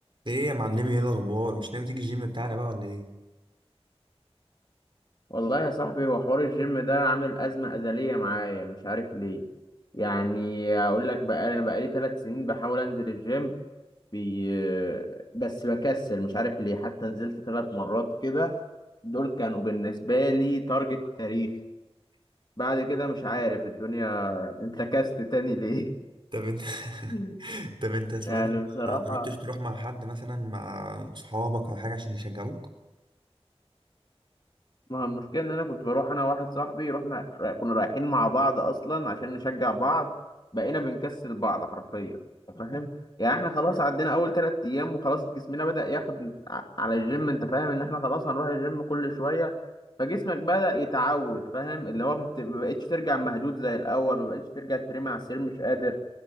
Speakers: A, on the right; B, on the left.
A: ايه يا معلمي ايه الاخبار مش ناوي تيجي الجيم بتاعنا بقى ولا ايه
B: والله يا صاحبي هو حوار الجيم ده عامل أزمة أزلية معايا مش عارف ليه يعني أقول لك بقى أنا بقالي ثلاث سنين بحاول أنزل الجيم بي... بس بكسل مش عارف ليه حتى نزلت ثلاث مرات كده دول كانوا بالنسبة لي تارجت تاريخي بعد كده مش عارف الدنيا انتكست تاني ليه
A: طب انت
B: <laughs>
A: <laughs> طب انت اسمه
B: يعني
A: ايه ده
B: بصراحة
A: ما جربتش تروح مع حد مثلا مع صحابك او حاجه عشان يشجعوك
B: ما هو المشكلة إن أنا كنت بروح أنا واحد صاحبي رحنا را- كنا رايحين مع بعض أصلا عشان نشجع بعض بقينا بنكسل بعض حرفيا أنت فاهم؟ يعني إحنا خلاص عدينا أول تلات أيام وخلاص جسمنا بدأ ياخد ع- على الجيم أنت فاهم إن إحنا خلاص هنروح الجيم كل شوية فجسمك بدأ يتعود فاهم اللي هو ما بت- ما بقتش ترجع مهدود زي الأول ما بقتش ترجع ترمي على السرير مش قادر